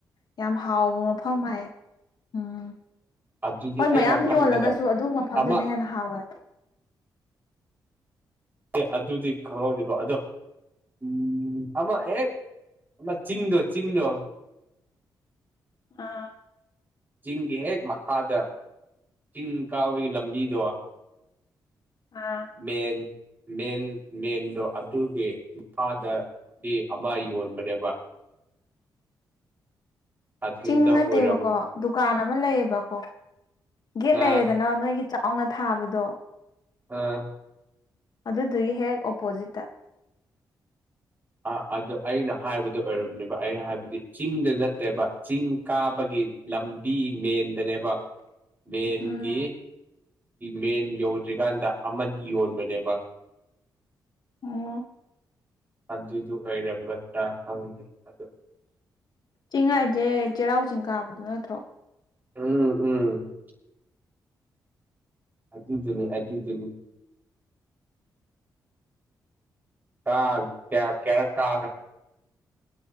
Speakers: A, on the left (about 60°); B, on the right (about 25°).
A: ꯌꯥꯝ ꯍꯥꯎꯕ ꯃꯐꯝ ꯍꯥꯏꯌꯦ ꯎꯝ
B: ꯑꯗꯨꯗꯤ
A: ꯍꯣꯏ
B: ꯑꯩꯅ
A: ꯃꯌꯥꯝ
B: ꯈꯟꯕꯗ
A: ꯌꯣꯜꯂꯒꯁꯨ ꯑꯗꯨ ꯃꯐꯝꯗꯨꯅ
B: ꯑꯃ
A: ꯍꯦꯟꯅ ꯍꯥꯎꯋꯦꯕ
B: ꯑꯦ ꯑꯗꯨꯗꯤ ꯈꯪꯍꯧꯗꯦꯀꯣ ꯑꯗꯣ ꯎꯝ ꯑꯃ ꯍꯦꯛ ꯆꯤꯡꯗꯣ ꯆꯤꯡꯗꯣ
A: ꯑꯥ
B: ꯆꯤꯡꯒꯤ ꯍꯦꯛ ꯃꯈꯥꯗ ꯆꯤꯡ ꯀꯥꯕꯒꯤ ꯂꯝꯕꯤꯗꯣ
A: ꯑꯥ
B: ꯃꯦꯟ ꯃꯦꯟ ꯃꯦꯟꯗꯣ ꯑꯗꯨꯒꯤ ꯃꯈꯥꯗꯗꯤ ꯑꯃ ꯌꯣꯟꯕꯅꯦꯕ ꯑꯗꯨꯗ
A: ꯆꯤꯡ ꯅꯠꯇꯦꯕꯀꯣ
B: ꯑꯣꯏꯔꯝ
A: ꯗꯨꯀꯥꯟ ꯑꯃ ꯂꯩꯌꯦꯕꯀꯣ ꯒꯦꯠ
B: ꯑꯥ
A: ꯂꯩꯔꯦꯗꯅ ꯅꯣꯏꯒꯤ ꯆꯥꯎꯅ ꯊꯥꯕꯗꯣ
B: ꯑꯥ
A: ꯑꯗꯨꯗꯨꯒꯤ ꯍꯦꯛ ꯑꯣꯄꯣꯖꯤꯠꯇ
B: ꯑ ꯑꯗꯨ ꯑꯩꯅ ꯍꯥꯏꯕꯗꯨ ꯑꯣꯏꯔꯝꯅꯦꯕ ꯑꯩ ꯍꯥꯏꯕꯗꯤ ꯆꯤꯡꯗꯤ ꯅꯠꯇꯦꯕ ꯆꯤꯡ ꯀꯥꯕꯒꯤ ꯂꯝꯕꯤ ꯃꯦꯟꯗꯅꯦꯕ ꯃꯦꯟꯒꯤ
A: ꯎꯝ
B: ꯃꯦꯟ ꯌꯧꯗ꯭ꯔꯤꯀꯥꯟꯗ ꯑꯃꯗꯤ ꯌꯣꯟꯕꯅꯦꯕ
A: <unintelligible>
B: ꯑꯗꯨꯏꯗꫭ ꯑꫭꯏꯔꯝꯒꯗ‍꯭ꯔ ꯈꯪꯗꯦ <unintelligible>
A: ꯆꯤꯡ ꯍꯥꯏꯖꯦ ꯆꯩꯔꯥꯎ ꯆꯤꯡ ꯀꯥꯕꯗꯨ ꯅꯠꯇ꯭ꯔꯣ
B: ꯎꯝ ꯎꯝ ꯑꯗꯨꯗꯨꯅꯨ ꯑꯗꯨꯗꯨꯅꯨ <unintelligible> ꯀꯌꯥꯔꯛ ꯀꯥ